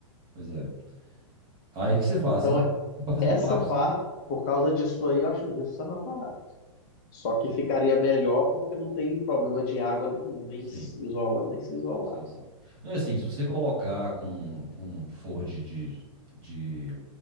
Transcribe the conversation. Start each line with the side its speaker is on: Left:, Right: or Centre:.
Right: Pois é. Aí o que você faz?
Left: Então,
Right: Você vai você pode fazer
Left: essa
Right: por partes,
Left: par,
Right: né?
Left: por causa disso aí, eu acho o gesso mais barato. Só que ficaria melhor porque não tem problema de água nenhum, nem
Right: Sim.
Left: se isolando, nem se isolar.
Right: Sim, sim. Não, assim, se você colocar com, com um forro de, de, de-